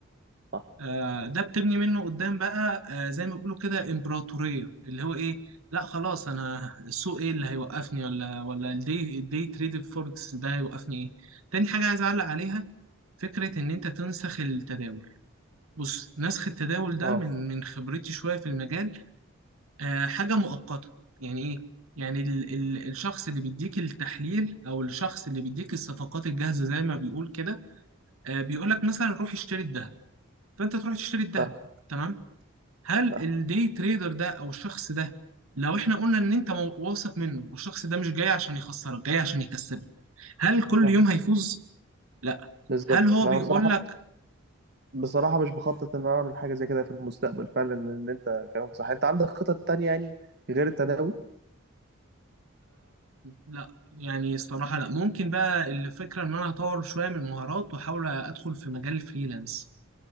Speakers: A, on the right; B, on the right.
A: صح
B: آه، ده بتبني منه قدام بقى آه، زي ما بيقولوا كده امبراطوريه اللي هو ايه لا خلاص انا السوق ايه اللي هيوقفني ولا ولا الدي الدي تريد فوركس ده هيوقفني ايه تاني حاجه عايز اعلق عليها فكره ان انت تنسخ التداول بص نسخ التداول ده
A: اه
B: من من خبرتي شوية في المجال آه حاجة مؤقتة يعني إيه؟ يعني ال ال الشخص اللي بيديك التحليل أو الشخص اللي بيديك الصفقات الجاهزة زي ما بيقول كده آه بيقول لك مثلا روح اشتري الذهب فأنت تروح تشتري الذهب
A: فاهم
B: تمام هل
A: فاهم
B: الدي تريدر ده أو الشخص ده لو احنا قلنا ان انت مو- واثق منه والشخص ده مش جاي عشان يخسرك جاي عشان يكسبك هل كل
A: فاهم
B: يوم هيفوز؟ لا
A: بالظبط
B: هل هو
A: فانا
B: بيقول
A: بصراحة
B: لك
A: بصراحة مش بخطط ان انا اعمل حاجة زي كده في المستقبل فعلا ان انت كلامك صح انت عندك خطط تانية يعني غير التداول؟
B: لا يعني الصراحة لا ممكن بقى الفكرة إن أنا أطور شوية من المهارات وأحاول أدخل في مجال الفريلانس